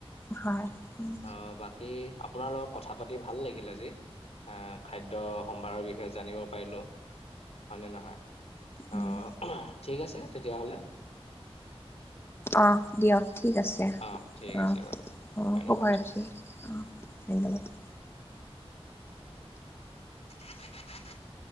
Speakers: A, on the left; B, on the left.
A: হয়, উমঁ।
B: অ বাকী আপোনাৰ লগত কথা পাতি ভাল লাগিল আজি। আহ খাদ্য সম্ভাৰৰ বিষয়ে জানিব পাৰিলোঁ। হয় নে নহয়।
A: উম
B: আহ ঠিক আছে তেতিয়া হ'লে।
A: অহ দিয়ক ঠিক আছে
B: অ ঠিক
A: অ
B: আছে বাৰু
A: অ
B: ধন্যবাদ
A: শুভৰাত্ৰি অ ধন্যবাদ
B: <unintelligible>